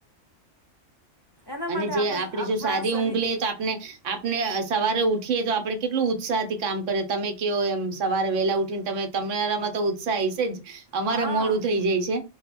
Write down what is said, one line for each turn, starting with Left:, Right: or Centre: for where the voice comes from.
Left: એના
Right: અને
Left: માટે
Right: જે
Left: આપણે
Right: આપણેે
Left: આપણા
Right: જો સારી
Left: શરીર
Right: ઊંઘ લ તો આપણે આપણે સવારે ઉઠીએ તો આપણે કેટલું ઉત્સાહથી કામ કરે તમે કેવ એમ સવારે વેલા ઉઠીને તમે તમેરામાં તો ઉત્સાહ હાસ છે જ. અમારે
Left: હા
Right: મોડું થઈ જાય છે